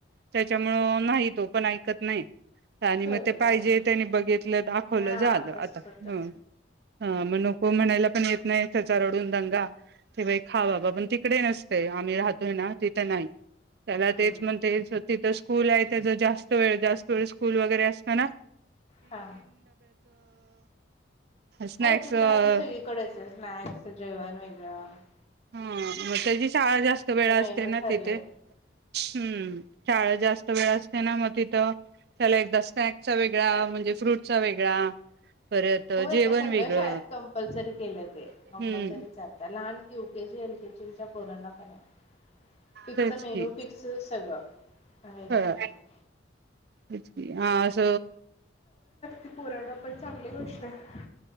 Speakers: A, on the right; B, on the left.
A: त्याच्यामुळं नाही तो पण ऐकत नाही. आणि
B: कळतं
A: मग ते पाहिजे
B: त्याला
A: त्यानी बघितलं, दाखवलं
B: हा
A: झालं आता.
B: तसच होतं
A: हं हा मग नको म्हणायला पण येत नाही, त्याचा रडून दंगा. ते बाई खा बाबा पण तिकडे नसतंय आम्ही राहतोय ना तिथं नाही. त्याला
B: हम्म.
A: तेच म्हणते तिथं स्कूल आहे त्याच जास्त वेळ जास्त <inaudible> स्कूल वगैरे असत ना
B: हा,
A: स्नॅक्स
B: हो चित्र
A: ह
B: आता सगळीकडेच आहे. स्नँक्स, जेवण व <inaudible>
A: हा मग त्याची शाळा जास्त वेळ असते
B: मेनू
A: ना
B: ठरले
A: तिथे. हम्म शाळा जास्त वेळ असते ना मग तिथं त्याला एकदा स्नॅक्चा वेगळा म्हणजे फ्रूटचा वेगळा परत
B: हो येत
A: जेवण
B: सगळं
A: वेगळं
B: शाळेत कंपल्सरी केलं ते.
A: हम्म
B: कंपल्सरीच आता लहान यु युकेजी, एलकेजीच्यां पोरांना की नाय फिक्स
A: तेच
B: मेनू,
A: की
B: फिक्स सगळं वेगळ
A: ह
B: काय नाय.
A: तेच की हा अस
B: ती पोरांना पण चांगली गोष्ट आहे.